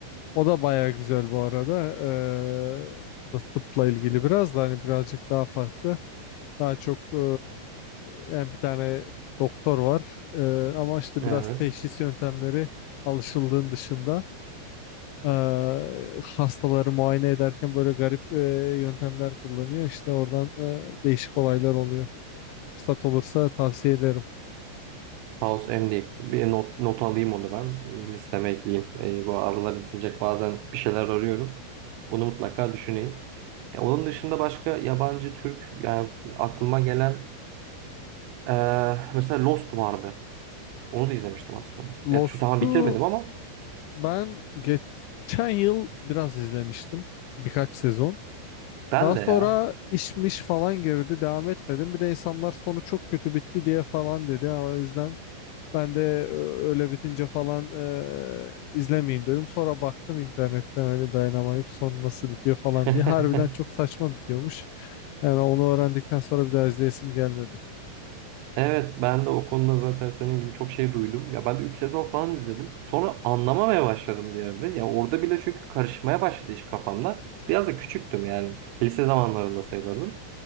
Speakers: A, on the left; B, on the right.
A: O da baya güzel bu arada. Ee, o da tıpla ilgili biraz da hani birazcık daha farklı. Daha çok e, yani bir tane doktor var E, ama işte
B: Evet.
A: biraz teşhis yöntemleri alışıldığın dışında e, hastaları muayene ederken böyle garip e, yöntemler kullanıyor. İşte oradan e, değişik olaylar oluyor. Fırsat olursa tavsiye ederim.
B: House MD. Bir not, not alayım onu ben. Listeme ekleyeyim. Ee, bu aralar izleyecek bazen bir şeyler arıyorum. Bunu mutlaka düşüneyim. Ya, onun dışında başka yabancı Türk yani aklıma gelen eee, mesela Lost vardı. Onu da izlemiştim aslında.
A: Lost'u
B: Ya, şu- tamam bitirmedim ama
A: ben geçen yıl biraz izlemiştim. Birkaç sezon.
B: ben
A: Daha
B: de
A: sonra
B: ya.
A: işmiş falan girdi. Devam etmedim. Bir de insanlar sonu çok kötü bitti diye falan dedi. Ha, O yüzden ben de e, öyle bitince falan e, izlemeyeyim dedim. Sonra baktım internetten hani dayanamayıp sonu nasıl bitiyor falan
B: <laughs>
A: diye. Harbiden çok saçma bitiyormuş. Yani onu öğrendikten sonra bir daha izleyesim gelmedi.
B: Evet ben de o konuda zaten senin gibi çok şey duydum. Ya ben de 3 sezon falan izledim. Sonra anlamamaya başladım bir yerde. Ya orada bile çünkü karışmaya başladı iş kafamda. Biraz da küçüktüm yani. Lise zamanlarında sayılırdım.